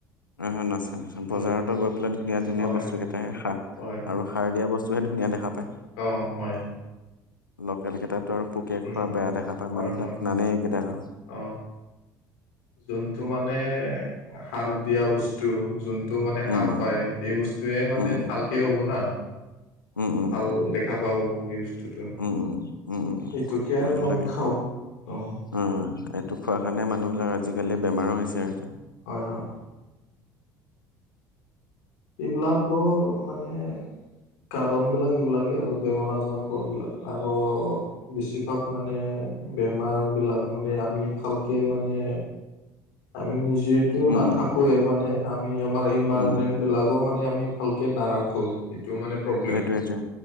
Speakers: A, on the left; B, on the left.
A: অ' নাচায় নাচয়, বজাৰতে
B: অ
A: গৈ পেলাই ধুনীয়া ধুনীয়া
B: হয়
A: বস্তু কেইটাহে সা
B: হয়
A: আৰু সাৰ দিয়া বস্তুহে ধুনীয়া দেখা পায়।
B: অঁ হয়।
A: লোকেল কেইটাতো আৰু পোকে
B: উম
A: খোৱা বেয়া দেখা পায়
B: হয়
A: মানুহ
B: হয়
A: বিলাক নানেই এইকেইটা আৰু।
B: অ যোনটো মানে সাৰ দিয়া বস্তু, যোন মানে
A: উম
B: সাৰ পায় এই বস্তুয়ে মানে
A: উম
B: ভালকে হ'ব না।
A: উম উম
B: ভাল দেখা পাওঁ বহু সেই বস্তুটো,
A: উম উম উম উম
B: এইটোকে আৰু
A: মানুহ
B: আমি
A: লাগে
B: খাওঁ অ'।
A: অ' এইটো খোৱাৰ কাৰণে মানুহবিলাক আজিকালি বেমাৰো হৈছে আৰু।
B: হয়, হয়। এইবিলাকো মানে কাৰণবিলাক এইবিলাকেই আৰু বেমাৰ আজাৰ হোৱাবিলাক। আৰু বেছিভাগ মানে বেমাৰ বিলাক মানে আমি ভালকে মানে আমি নিজেটো
A: উম
B: নাথাকোয়ে
A: উম
B: মানে আমি আমাৰ ইনভাৰমেন্ট
A: উম,
B: বিলাকো মানে আমি ভালকে নাৰাখো। এইটো মানে প্ৰব্লেম।
A: এইটো এইটোৱে